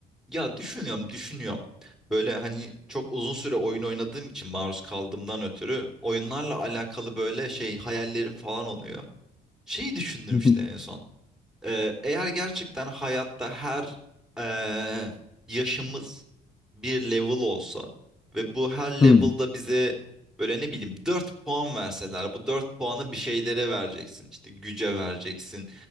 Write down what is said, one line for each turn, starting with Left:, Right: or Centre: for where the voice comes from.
Centre: Ya düşünüyorum, düşünüyorum. Böyle hani çok uzun süre oyun oynadığım için maruz kaldığımdan ötürü oyunlarla alakalı böyle şey hayallerim falan oluyor. Şeyi düşündüm
Left: <laughs> Hı hı.
Centre: işte en son. Ee, eğer gerçekten hayatta her eee, yaşımız bir level olsa ve bu her
Left: Hımm.
Centre: level'da bize böyle ne bileyim 4 puan verseler bu 4 puanı bir şeylere vereceksin. İşte güce vereceksin,